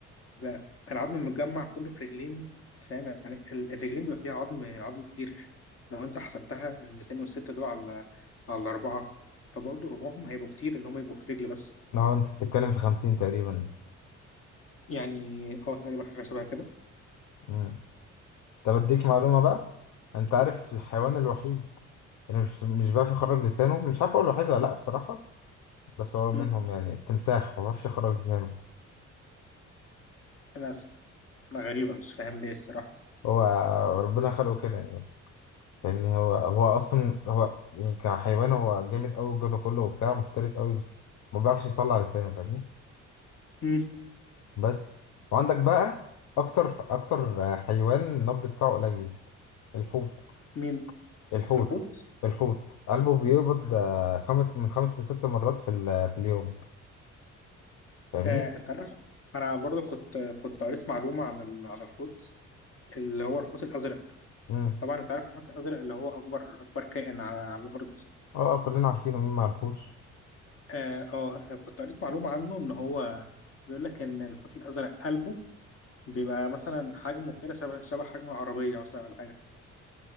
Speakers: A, on the left; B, on the left.
A: بقى العظم المتجمع كله في رجلين فاهم يعني ال- الرجلين بيبقى فيها عظم عظم كتير لو انت حسبتها ال 206 دول على على اربعه فبرضه ربعهم هيبقوا كتير ان هم يبقوا في رجل بس
B: ما هو انت بتتكلم في 50 تقريبا
A: يعني اه تقريبا حاجة شبه كده
B: امم طب اديك معلومه بقى انت عارف الحيوان الوحيد يعني مش مش بيعرف يخرج لسانه مش عارف اقول له حاجه ولا لا بصراحه بس هو منهم
A: مم.
B: يعني التمساح ما بيعرفش يخرج لسانه
A: أنا س- غريبة مش فاهم ليه الصراحة
B: هو ربنا خلقه كده يعني فاهمني هو هو اصلا هو يعني كحيوان هو جامد قوي الجدع كله وبتاع مفترس قوي بس ما بيعرفش يطلع لسانه فاهمني
A: مم.
B: بس وعندك بقى اكتر اكتر حيوان النبض بتاعه قليل الحوت
A: مين
B: الحوت
A: الحوت
B: الحوت قلبه بيقبض آه، خمس من خمس لست مرات في ال- في اليوم فاهمني
A: آه أنت عارف أنا برضه كنت كنت قريت معلومة عن ال... عن الحوت اللي هو الحوت الأزرق
B: امم
A: طبعا أنت عارف الحوت الأزرق اللي هو أكبر أكبر كائن على, على الأرض
B: اه كلنا عارفينه مين ما عرفوش
A: آه آه، كنت قريت معلومة عنه إن هو بيقول لك إن الحوت الأزرق قلبه بيبقى مثلا حجمه كده شبه شبه حجم العربية مثلا ولا حاجة